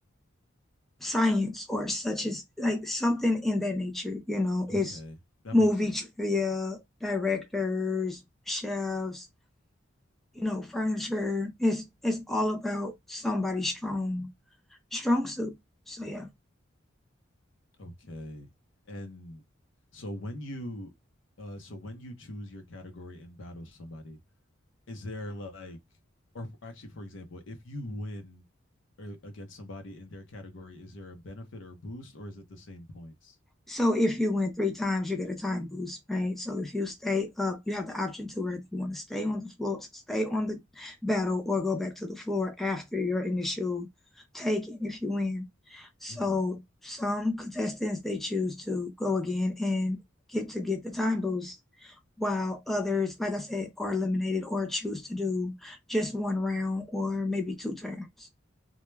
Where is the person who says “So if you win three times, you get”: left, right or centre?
Centre